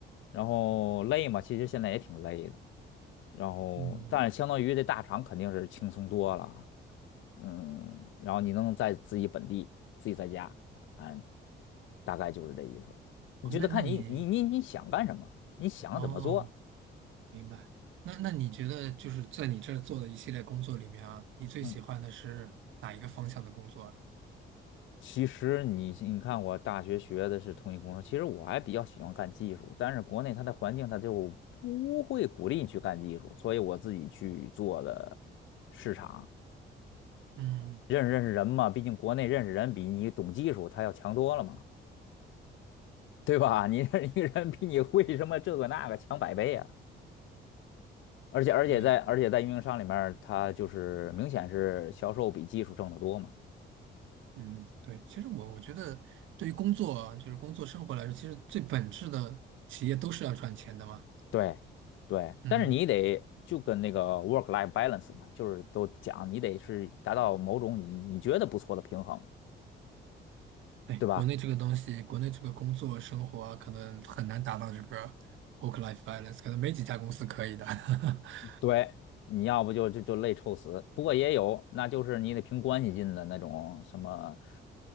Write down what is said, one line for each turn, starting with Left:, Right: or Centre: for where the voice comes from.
Left: 然后累嘛，其实现在也挺累的。然后但是相当于这大厂肯定是轻松多了啊
Right: 嗯。
Left: 嗯，然后你能在自己本地自己在家，嗯，大概就是这意思。你就得看你你你你想干什么，
Right: 哦，那那你
Left: 你想怎么做，
Right: 哦，明白。那那你觉得就是在你这儿做的一系列工作里面啊，你最喜欢的是哪一个方向的工作啊？
Left: 嗯。其实你你看，我大学学的是通信工程，其实我还比较喜欢干技术，但是国内它的环境它就不会鼓励你去干技术，所以我自己去做的市场，
Right: 嗯，
Left: 认识认识人嘛，毕竟国内认识人比你懂技术他要强多了嘛。对吧？你这一个人比你会什么这个那个强百倍啊！而且而且在而且在运营商里面他就是明显是销售比技术挣得多嘛。
Right: 有一，嗯，对。其实我我觉得，对于工作啊就是工作生活来说，其实最本质的企业都是要赚钱的嘛。
Left: 对对，
Right: 嗯，
Left: 但是你得就跟那个 work life balance 嘛，就是都讲你得是达到某种你你觉得不错的平衡，
Right: 对，
Left: 对吧？
Right: 国内这个东西，国内这个工作生活啊可能很难达到这个 work-life balance，可能没几家公司可以的。<laughs>
Left: 对，你要不就就就累臭死。不过也有，那就是你得凭关系进的那种什么